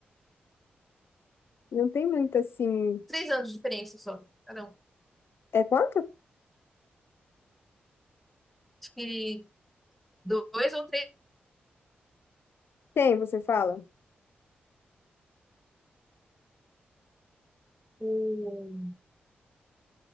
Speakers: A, on the left; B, in the centre.
A: Não tem muito assim.
B: três anos de diferença só. Cada um.
A: É quanto?
B: Acho que dois ou três.
A: Tem, você fala.
B: O-